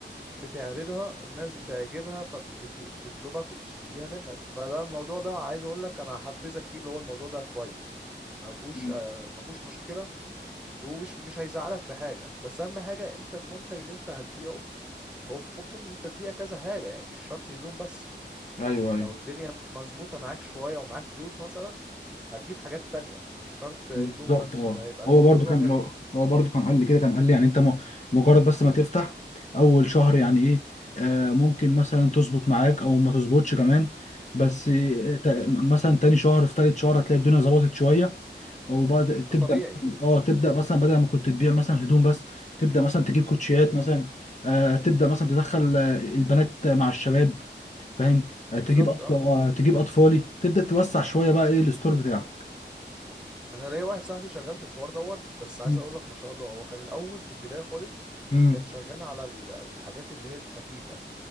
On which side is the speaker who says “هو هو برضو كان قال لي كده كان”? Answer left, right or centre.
Left